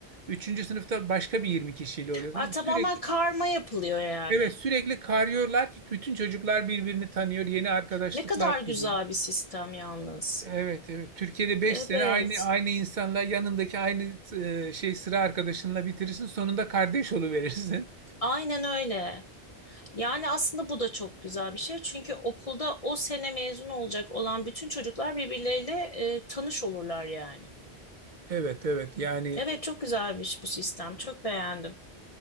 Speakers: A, on the right; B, on the left.
A: Üçüncü sınıfta başka bir 20 kişiyle oluyorsun.
B: Ha, tamamen
A: Sürekli,
B: karma yapılıyor yani.
A: evet sürekli karıyorlar ki bütün çocuklar birbirini tanıyor. Yeni arkadaşlıklar
B: Ne kadar güzel
A: kuruyor.
B: bir sistem yalnız.
A: Evet evet. Türkiye'de beş
B: Evet,
A: sene aynı aynı insanla yanındaki aynı e, şey sıra arkadaşınla bitirirsin. Sonunda kardeş oluverirsin.
B: aynen öyle. Yani aslında bu da çok güzel bir şey. Çünkü okulda o sene mezun olacak olan bütün çocuklar birbirleriyle e, tanış olurlar yani.
A: Evet evet yani
B: Evet, çok güzelmiş bu sistem. Çok beğendim.